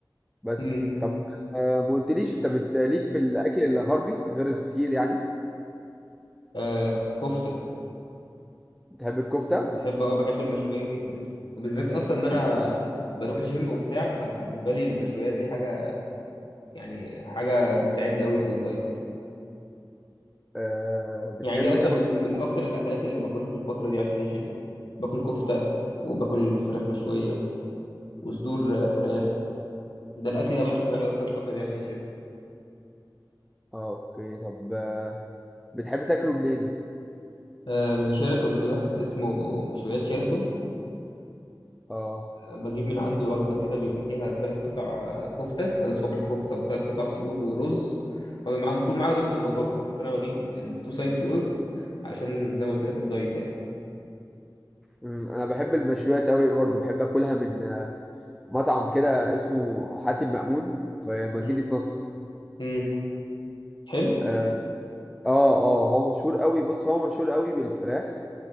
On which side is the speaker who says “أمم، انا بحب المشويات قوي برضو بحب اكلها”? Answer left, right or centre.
Centre